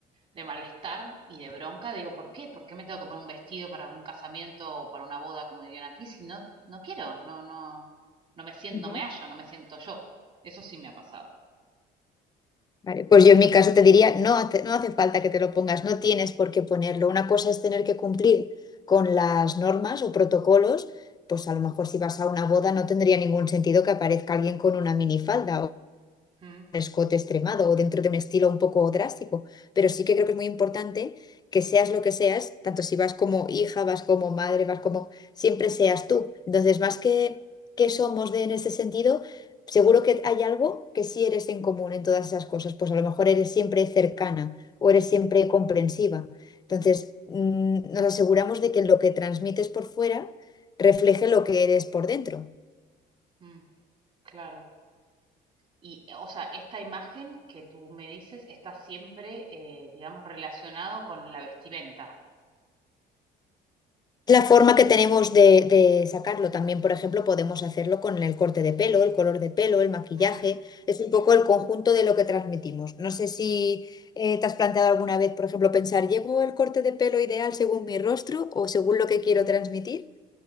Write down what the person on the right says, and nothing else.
de malestar y de bronca. Digo, ¿por qué? ¿Por qué me tengo que poner un vestido para un casamiento o para una boda, como dirían aquí, si no, no quiero? No, no, no me siento,
no me hallo, no me siento yo. Eso sí me ha pasado.
Mm,
mm, claro. Y, o sea, esta imagen que tú me dices está siempre, eh, digamos, relacionado con la vestimenta.
Mm,
mm,
mm,